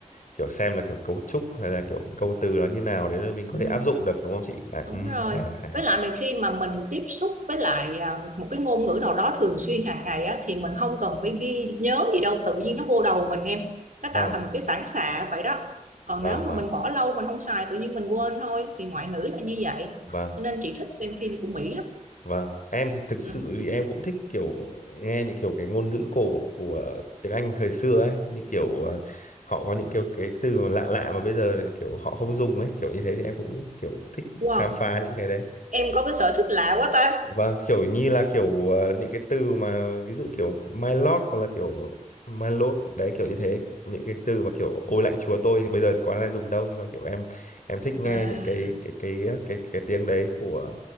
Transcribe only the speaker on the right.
Ừ.
Đúng
rồi.
Với lại mà khi mà mình tiếp xúc với lại à, một cái ngôn ngữ nào đó thường xuyên hàng ngày á thì mình không cần phải ghi nhớ gì đâu, tự nhiên nó vô đầu mình em. Nó
tạo thành một cái phản xạ vậy đó. Còn
nếu mà
mình bỏ lâu mình không xài tự nhiên mình quên thôi thì ngoại ngữ là như vậy.
Cho nên chị thích xem phim của Mỹ lắm.
Ừ.
Wow,
em có cái sở thích lạ quá ta.
À,